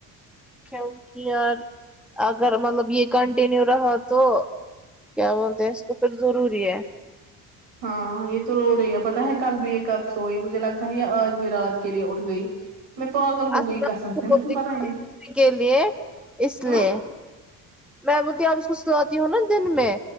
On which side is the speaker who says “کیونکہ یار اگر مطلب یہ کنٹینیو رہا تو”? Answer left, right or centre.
Centre